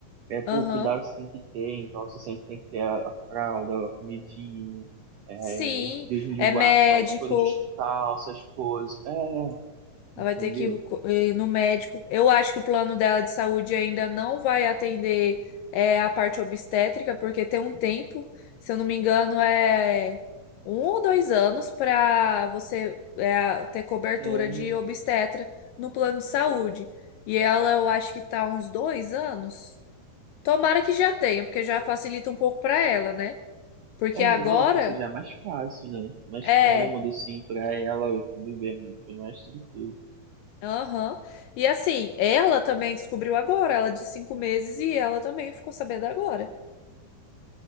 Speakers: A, on the right (about 80°); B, on the left (about 75°).
A: É, pô,
B: aham.
A: o cuidado que você tem que ter, então você sempre tem que ter a, a fralda, a comidinha, é,
B: Sim,
A: desde de
B: é
A: guarda,
B: médico.
A: mas coisa de hospital, essas coisas, é, entendeu?
B: Ela vai ter que ir co- eh, ir no médico. Eu acho que o plano dela de saúde ainda não vai atender é, a parte obstétrica, porque tem um tempo, se eu não me engano, é um ou dois anos para você é, ter cobertura
A: É.
B: de obstetra no plano de saúde. E ela, eu acho que tá uns dois anos. Tomara que já tenha, porque já facilita um pouco para ela, né? Porque
A: É,
B: agora
A: não, ou seja, é mais fácil, né? Mais
B: é,
A: cômodo, assim, pra ela e tudo bem, bem mais tranquilo.
B: aham. E assim, ela também descobriu agora, ela de cinco meses e ela também ficou sabendo agora. <laughs>